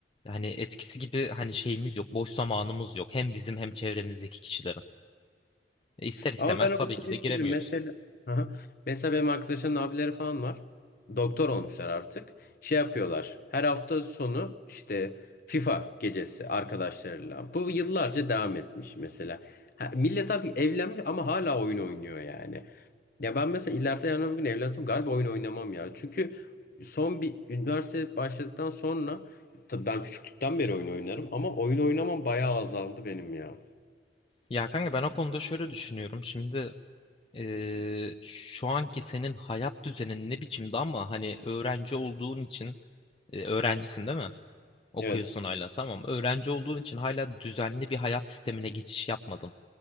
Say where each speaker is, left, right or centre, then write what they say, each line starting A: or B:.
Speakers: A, on the left; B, on the left.
A: hani eskisi gibi hani şeyimiz yok, boş zamanımız yok. Hem bizim hem çevremizdeki kişilerin. E ister istemez
B: Ama ben
A: tabii
B: olsun
A: ki
B: isterim.
A: de giremiyoruz.
B: Mesela Aha. mesela benim arkadaşların abileri falan var. Doktor olmuşlar artık. Şey yapıyorlar. Her hafta sonu işte FIFA gecesi arkadaşlarıyla. Bu yıllarca devam etmiş mesela. Ha, millet artık evlenmiş ama hala oyun oynuyor yani. Ya ben mesela ileride yarın öbür gün evlensem galiba oyun oynamam ya. Çünkü son bir üniversite başladıktan sonra tabii ben küçüklükten beri oyun oynarım ama oyun oynamam bayağı azaldı benim ya.
A: Ya kanka ben o konuda şöyle düşünüyorum. Şimdi eee, şu anki senin hayat düzenin ne biçimde ama hani öğrenci olduğun için e, öğrencisin değil mi? Okuyorsun
B: Evet.
A: hala tamam. Öğrenci olduğun için hala düzenli bir hayat sistemine geçiş yapmadın.